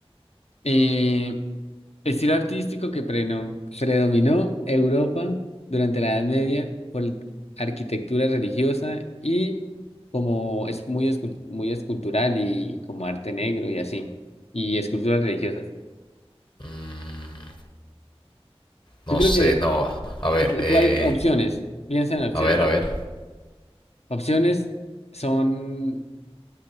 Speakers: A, on the left; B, on the left.
A: Eh, estilo artístico que preno- predominó Europa durante la Edad Media por arquitectura religiosa y como es muy, escu- muy escultural y como arte negro y así, y esculturas religiosas.
B: Mm, no
A: Yo creo
B: sé,
A: que
B: no, a ver,
A: ¿De
B: eh,
A: ¿Cuál? Opciones. Piensa en opciones.
B: a ver, a ver.
A: Opciones son